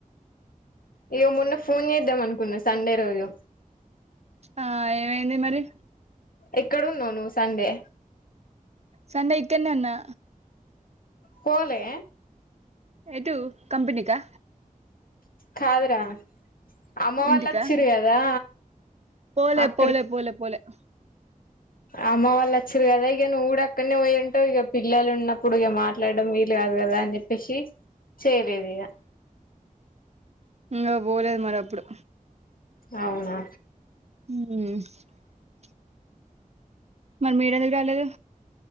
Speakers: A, on the left; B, on the right.
A: ఇయ్యగో మొన్న ఫోన్ చేద్దాం అనుకున్నా సండే రోజు
B: ఆ ఏమైంది మరి
A: ఎక్కడ ఉన్నావ్ నువ్వు సండే
B: సండే ఇక్కన్నే ఉన్నా
A: పోలే
B: ఎటు కంపెనీకా
A: కాదురా అమ్మ వాళ్లు
B: ఇంటికా
A: వచ్చిరు కదా
B: పోలే
A: అక్కడికి
B: పోలే పోలే పోలే
A: అమ్మ వాళ్ళు వచ్చిరు కదా ఇగ నువ్వు కూడా అక్కడ్నే పోయి ఉంటావు ఇగ పిల్లలు ఉన్నప్పుడు ఇగ మాట్లాడడం వీలు కాదు కదా అని చెప్పేసి చేయలేదు ఇగ
B: ఇంగా పోలేదు మరి అప్పుడు
A: అవునా
B: ఉ మరి మీరు ఎందు రాలేదు